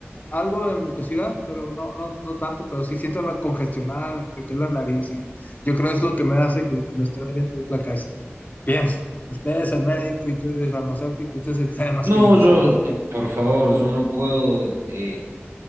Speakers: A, on the left; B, on the right.
A: algo de mucosidad, pero no, no, no tanto, pero sí siento la congestionada, lo que es la nariz, y yo creo es lo que me hace que me esté doliendo la cabeza. bien usted es el médico y tú eres farmacéutico, usted es el que sabe más
B: No,
A: que yo,
B: yo,
A: seguro.
B: por favor, yo no puedo, eh,